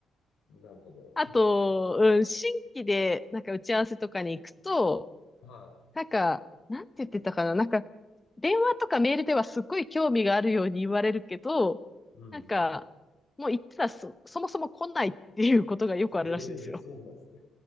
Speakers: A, on the left; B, on the left.
A: なるほど。
B: あと、うん、新規で、なんか打ち合わせとかに行くと、
A: はい。
B: なんか、なんて言ってたかな、なんか、電話とかメールではすっごい興味があるように言われるけど、
A: うん。
B: なんか、もう言ったらそ、そもそも来ないっていうことがよくあるらしいんですよ。
A: ええそうなんですね。